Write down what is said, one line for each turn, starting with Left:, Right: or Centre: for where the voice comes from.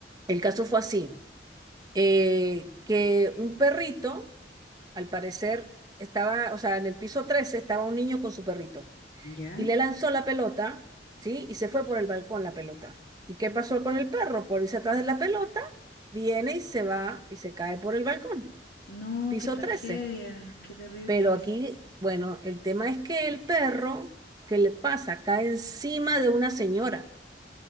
Right: el caso fue así eh, que un perrito, al parecer, estaba, o sea, en el piso 13 estaba un niño con su perrito
Left: ¿ya?
Right: y le lanzó la pelota, ¿sí? Y se fue por el balcón la pelota. ¿Y qué pasó con el perro? Por irse atrás de la pelota, viene y se va y se cae por el balcón,
Left: No,
Right: piso
Left: qué tragedia,
Right: 13.
Left: qué terrible.
Right: Pero aquí, bueno, el tema es que el perro, ¿qué le pasa? Cae encima de una señora,